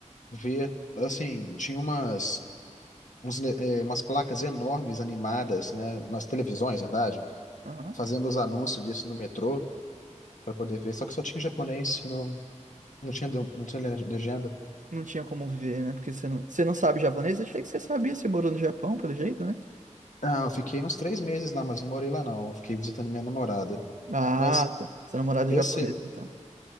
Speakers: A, on the left; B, on the right.
A: ver, assim, tinha umas uns, le- eh, umas placas enormes animadas, né? Umas televisões, na verdade,
B: aham.
A: fazendo os anúncios disso no metrô para poder ver. Só que só tinha japonês, não, não tinha, do- não tinha le- legenda.
B: Não tinha como ver, né? Porque você não, você não sabe japonês? Eu achei que você sabia, você morou no Japão, pelo jeito, né?
A: Ah, eu fiquei uns três meses lá, mas não morei lá não. Eu fiquei visitando minha namorada.
B: Ah,
A: Mas
B: tá. sua namorada
A: eu
B: é japonesa,
A: sei,
B: então.